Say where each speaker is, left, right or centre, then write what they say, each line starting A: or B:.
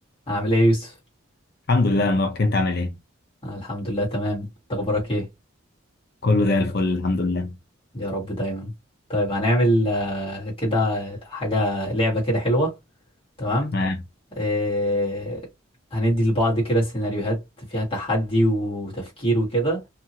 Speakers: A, on the left; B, on the left.
A: عامل ايه يا يوسف؟
B: الحمد لله يا مبارك انت عامل ايه
A: أنا الحمد لله تمام، انت اخبارك ايه؟
B: كله زي الفل الحمد لله
A: يا رب دايما طيب هنعمل آه، كده حاجة لعبة كده حلوة تمام؟
B: تمام
A: آه، هندي لبعض كده سيناريوهات فيها تحدي وتفكير وكده